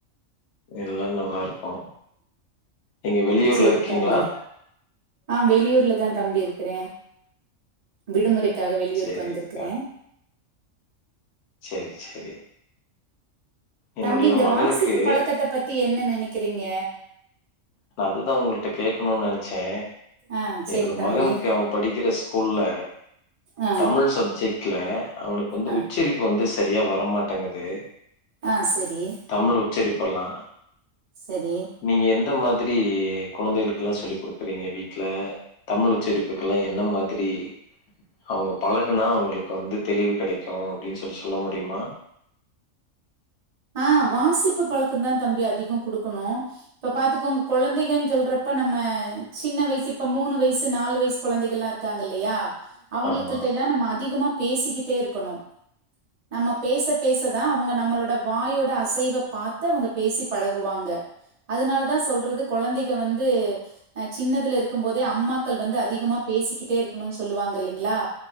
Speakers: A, on the left; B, on the right.
A: எல்லா நல்ல பார்க்கோம் நீங்க வெளியூர்ல
B: சேரி
A: இருக்கீங்ளா
B: தம்பி ஆ வெளியூர்லதா தம்பி இருக்ற விடுமுறை க்காக வெளியூருக்கு
A: சேரி
B: வந்திருகுற
A: அக்கா. சேரி சேரி. என்னுடைய
B: தம்பி இந்த
A: மகனுக்கு
B: வாசிப்பு பழக்கத்த பத்தி என்ன நினைக் கிருங்க
A: நா அதுதா உங்கள்ட கேகணு நனைக் சே
B: ஆ சேரி
A: என்னோட
B: தம்பி
A: மகனுக்கு அவ படிக்கிற ஸ்கூல்ல
B: ஆ
A: தமிழ் சப்ஜெக்ட்ல அவுனுக்கு வந்து
B: ஆ
A: உச்சரிப்பு வந்து சரியா வரமாட்டேங்குது
B: ஆ செரி
A: தமிழ் உச்சரிப்பெல்லா
B: செரி
A: நீங்க எந்த மாதி தேரியே கொழந்தைகளுக்கேல்லா சொல்லி் குடுக்குறீங்க வீட்ல தமிழ் உச்சரிப்புக்கெல்லா எந்த மாதிரி அவுங்க பழகுனா அவுங்களுக்கு வந்து தெளிவு கெடைக்கோ அப்டின் சொல்லி சொல்ல முடியுமா
B: ஆ வாசிப்பு பழக்கோந்தா தம்பி அதிகோ கொடுக்கனோ இப்ப பாத்துக்கோங்க கொழந்தைக சொல்றப்ப நம்ம சின்ன வயசு இப்ப மூணு வயசு நாலு வயசு குழந்தைகள்லா இருக்காங்க இல்லையா அவுங்கள்கிட்டல்ல
A: ஆமா
B: நம்ம அதிகமா பேசிக்கிட்டே இருக்கணு நம்ம பேச பேச தா அவுங்க நம்மளோடப் வாயோட அசைவ பாத்து அவுங்க பேசி பழகுவாங்க அதனாலதா சொல்றது கொழந்தைக வந்து அ சின்னதுல இருக்கும் போதே அம்மாக்கள் வந்து அதிகமா பேசிக்கிட்டே இருக்கணு சொல்லுவாங்க இல்லைங்ளா